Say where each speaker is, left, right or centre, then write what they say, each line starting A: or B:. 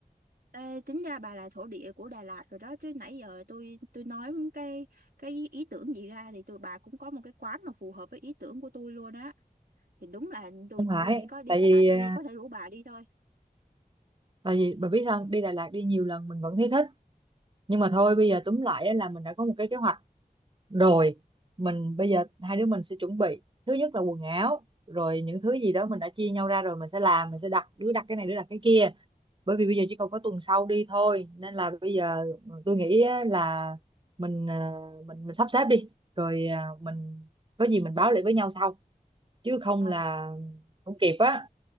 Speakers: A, on the right; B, on the right.
A: Ê, tính ra bà là thổ địa của Đà Lạt rồi đó chứ nãy giờ tôi tôi nói cái cái ý tưởng gì ra thì tụi bà cũng có một cái quán mà phù hợp với ý tưởng của tôi luôn á. Thì đúng là tôi
B: không phải
A: tôi chỉ có đi
B: tại
A: Đà
B: vì
A: Lạt tôi
B: ờ,
A: có thể rủ bà đi thôi.
B: tại vì bà biết sao không? đi Đà Lạt đi nhiều lần mình vẫn thấy thích nhưng mà thôi bây giờ túm lại á là mình đã có một cái kế hoạch rồi mình bây giờ hai đứa mình sẽ chuẩn bị thứ nhất là quần áo rồi những thứ gì đó mình đã chia nhau ra rồi mình sẽ làm mình sẽ đặt đứa đặt cái này đứa đặt cái kia bởi vì bây giờ chỉ còn có tuần sau đi thôi nên là bây giờ ờ, tôi nghĩ á là mình à, mình mình sắp xếp đi rồi à, mình có gì mình báo lại với nhau sau chứ không
A: Ờ
B: là không kịp á